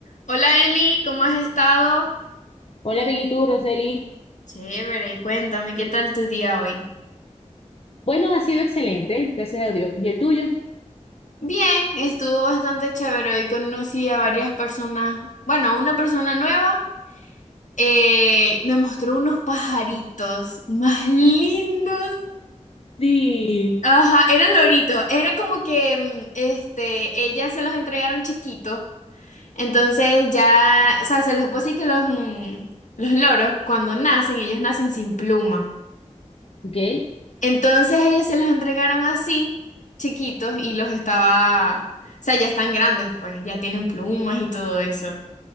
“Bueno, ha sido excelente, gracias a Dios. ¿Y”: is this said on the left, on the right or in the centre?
Left